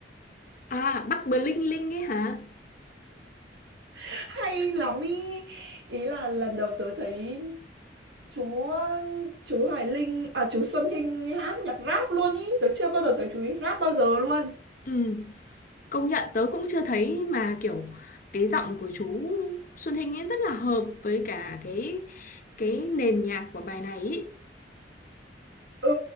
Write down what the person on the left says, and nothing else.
À, Bắc Bling Linh ấy hả?
Ừ, công nhận tớ cũng chưa thấy mà kiểu cái giọng của chú Xuân Hinh ấy rất là hợp với cả cái cái nền nhạc của bài này ý.